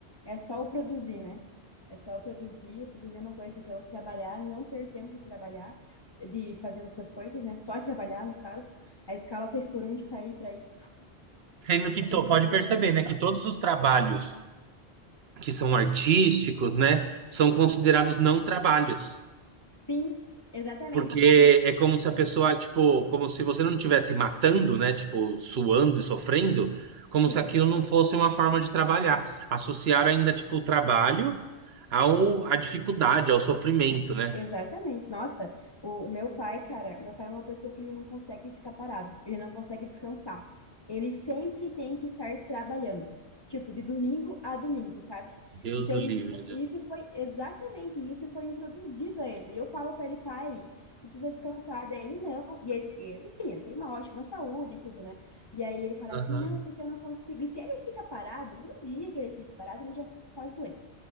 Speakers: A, on the left; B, on the right.
A: é só o produzir, né? É só o produzir, produzir é uma coisa, então trabalhar, não ter tempo de trabalhar, de fazer outras coisas, né? Só trabalhar, no caso. A escala 6 por um está aí para isso.
B: Sendo que
A: A pessoa.
B: to- pode perceber, né, que todos os trabalhos que são artísticos, né, são considerados não trabalhos,
A: Sim, exatamente.
B: porque é como se a pessoa, tipo, como se você não estivesse matando, né, tipo, suando e sofrendo, como
A: Sim.
B: se aquilo não fosse uma forma de trabalhar. Associar ainda, tipo, o trabalho ao, à dificuldade, ao sofrimento,
A: É difí-
B: né?
A: Exatamente. Nossa, o, o meu pai, cara, meu pai é uma pessoa que ele não consegue ficar parado, ele não consegue descansar. Ele sempre tem que estar trabalhando, tipo, de domingo a domingo, sabe?
B: Deus
A: Então,
B: o livre,
A: isso, fo-
B: né?
A: isso foi exatamente, isso foi introduzido a ele. E Eu falo para ele, pai, você precisa descansar. Daí ele, não. E ele, e ele, sim, ele tem uma ótima saúde e tudo, né? E aí ele fala
B: Aham.
A: assim, não, porque eu não consigo. E se ele fica parado, um dia que ele fique parado, ele já fica quase doente